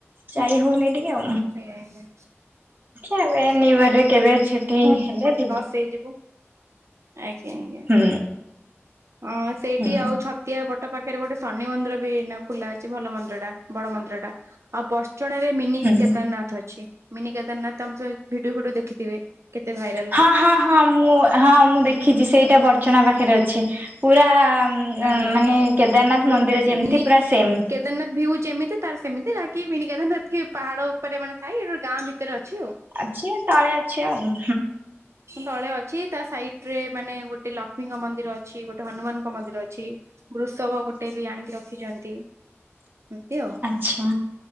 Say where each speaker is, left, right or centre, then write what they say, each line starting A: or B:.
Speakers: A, on the right; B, on the right.
A: ଯାଇ ହଉନି ଟିକେ।
B: ସେଇ ଆଇଲା।
A: ଏବେ ନିୁରରେ କେବେ ଛୁଟି ହେଲେ ଯ
B: ସେଇ ଯୋଗୁ। ଆଜ୍ଞା ଆଜ୍ଞା
A: ହୁଁ
B: ହଁ ସେଇଠି
A: ହୁଁ
B: ଆଉ ଛତିଆ ବ ତା ପାଖେରେ ଗୋଟେ ଶନି ମନ୍ଦିର ବି ଏଇନା ଖୋଲା ଅଛି ଭଲ ମନ୍ଦିଟା ବଡ ମନ୍ଦିଟା ଆଉ ବର ଚଣାରେ ମିନି
A: ହୁଁ।
B: କେ କେଦାରନାଥ ଅଛି ମିନି କେଦାରନାଥ ଆମ ସ ଭିଡୁଅ ଫିଡୁଅ ଦେଖିଥିବେ କେତେ ଭାଇରା
A: ହଁ ହଁ ହଁ ମୁଁ ହଁ ମୁଁ ଦେଖିଚି ସେଇଟା ବଡ଼ଚଣା ପାଖେରେ ଅଛି ପୁରା ନାଁ
B: ଆଜ୍ଞା
A: ମାନେ କେଦାରନାଥ
B: ମିନି
A: ମନ୍ଦିର ଯେମତି ପୁରା ସେମ୍।
B: କେଦାରନାଥ ଭିଉ ଯେମିତି ତାର ସେମିତି ବାକି ମିନି କେଦାରନାଥ ଏ ପାହାଡ଼ ଓପରେ ମାନେ ଥାଏ ଏଟା ଓ ଗାଁ ଭିତରେ ଅଛି ଆଉ।
A: ଆଛି ତାଳେ ଅଛି ଆଉ।
B: ତଳେ ଅଛି ତା ସାଇଟ୍ ରେ ମାନେ ଗୋଟେ ଲକ୍ଷ୍ମୀଙ୍କ ମନ୍ଦିର ଅଛି ଗୋଟେ ହନୁମାନଙ୍କ ମନ୍ଦିର ଅ ଛି ବୃଷବ ଗୋଟେ ବି ଆଣିକି ରଖିଚନ୍ତି। ଏତି ଓ
A: ଆଚ୍ଛା